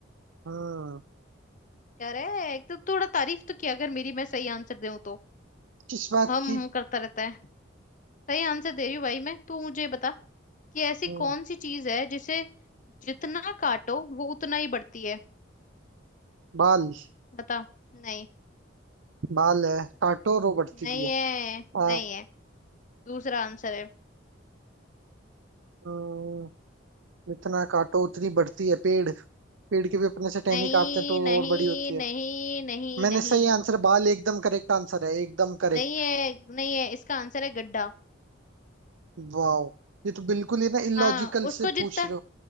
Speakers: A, on the right; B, on the left.
A: हम्म
B: कह रहे हैं एक तो थोड़ा तारीफ तो किया अगर मेरी मैं सही आंसर दूं तो
A: किस बात
B: हम
A: की
B: हम करता रहता है सही आंसर दे रही हूँ भाई मैं तू मुझे बता कि ऐसी
A: हम्म
B: कौन सी चीज है जिसे जितना काटो वो उतना ही बढ़ती है
A: बाल
B: बता नहीं
A: बाल है काटो रो बढ़ती
B: नहीं
A: भी है
B: है
A: हाँ
B: नहीं है दूसरा आंसर है
A: हम्म, जितना काटो उतनी बढ़ती है पेड़ पेड़ की भी अपने से टहनी
B: नहीं
A: काटते हैं तो
B: नहीं
A: वो और बड़ी होती
B: नहीं
A: है
B: नहीं
A: मैंने
B: नहीं
A: सही आंसर बाल एकदम करेक्ट आंसर है एकदम करेक्ट
B: नहीं है नहीं है इसका आंसर है गड्ढा
A: वाओ ये तो बिल्कुल ही ना इलॉजिकल
B: हाँ उसको
A: से
B: जितना
A: पूछ रहे हो